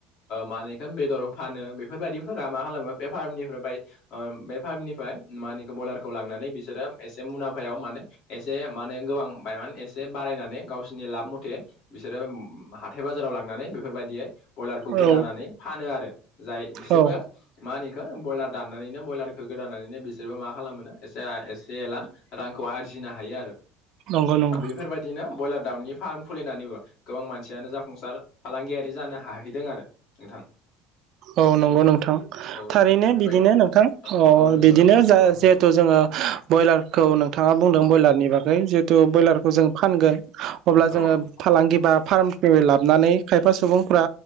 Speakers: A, on the left; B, on the right.
A: म बेदर फानो बेफोरबायाददिफोरा मा खालामो बे बारानिफ्राय बाय बे फार्मनिफ्राय मा होनो खौ बयलारखौ लांनानै बिसोरो एसे मुलामफायाव माने एसे माने गोबां बायमान एसे बारायनानै गावसिोरनि लाब मथे बिसोरो हाथाय बाजाराव लांनानै बेफोरबायदियै ब्रयलारखौ गोदानानै
B: औ
A: फानो आरो जाय बिसोरबो
B: औ
A: मा होनो इखो ब्रयलार दाननानैनो ब्रयलारखौ गोदानानैनो बिसोरबो मा खालामो एसे एसे एला रांखौ आरजिनो हायो आरो
B: नंगौ नंगौ
A: बेफोरबायदिनो ब्रयलार दाउनि फार्म खुलिनानैबो गोबां मानसियानो जाफुंसार फालांगियारि जानो हाहैदों आरो नोंथां
B: औ नंगौ नोंथां
A: औ
B: थारैनो
A: नोंथां बेफोरबायदि
B: बिदिनो नोंथां
A: औ
B: अ
A: औ नंगौ
B: बिदिनो
A: नोंथां
B: जा
A: औ
B: जिहेथु जोङो ब्रयलारखौ नोंथाङा बुंदों ब्रयलारनि बागै थु ब्रयलारखौ जों फानगोन अब्ला
A: औ
B: जोङो
A: औ
B: फालांगि बा फार्म लाबोनानै खायफा सुबुंफोरा